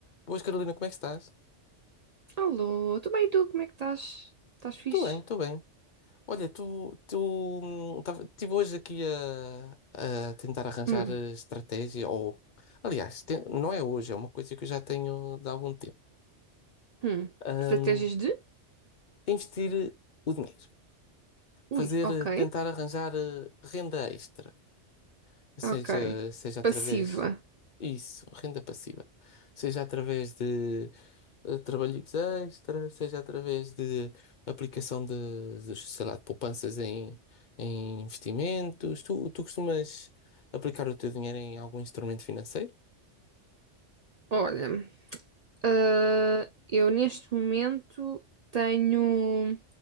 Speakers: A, on the left (about 45°); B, on the right (about 55°).
A: Boas, Carolina, como é que estás?
B: Alô, tudo bem tu? Como é que estás? Estás fixe?
A: Estou bem, estou bem. Olha, tu, tu hum, tava- estive hoje aqui a, a tentar arranjar
B: Hum,
A: eh, estratégia, ou aliás, te- não é hoje, é uma coisa que eu já tenho de algum tempo.
B: hum.
A: Hum,
B: Estratégias de?
A: investir o dinheiro,
B: Ui,
A: fazer,
B: ok.
A: eh, tentar arranjar eh, renda extra. seja,
B: Ok.
A: seja através
B: Passiva.
A: isso, renda passiva, seja através de eh, trabalhos extra, seja através de aplicação de, de, sei lá, de poupanças em, em investimentos. Tu, tu costumas aplicar o teu dinheiro em algum instrumento financeiro?
B: Olha, ah, eu neste momento tenho,